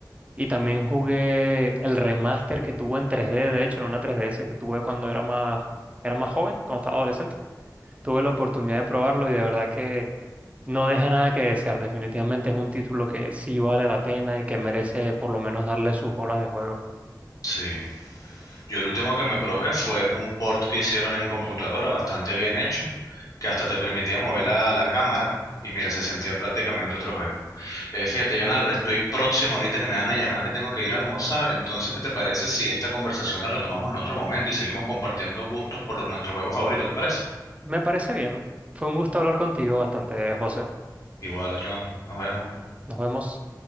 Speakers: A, on the right (about 20°); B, on the left (about 50°).
A: y también jugué el remaster que tuvo en 3D, de hecho, en una 3DS que tuve cuando era más, era más joven, cuando estaba adolescente. Tuve la oportunidad de probarlo y de verdad que no deja nada que desear, definitivamente es un título que sí vale la pena y que merece por lo menos darle sus horas de juego.
B: sí. Yo el último que me probé fue un port que hicieron en computadora bastante bien hecho, que hasta te permitía mover la, la cámara y mira, se sentía prácticamente otro juego. Eh, fíjate, John Albert, estoy próximo ahorita que me van a llamar que tengo que ir a almorzar, entonces, ¿qué te parece si esta conversación la retomamos en otro momento y seguimos compartiendo gustos por nuestros juegos favoritos, ¿te parece?
A: Me parece bien. Fue un gusto hablar contigo bastante, José.
B: Igual, Joan, nos vemos.
A: Nos vemos.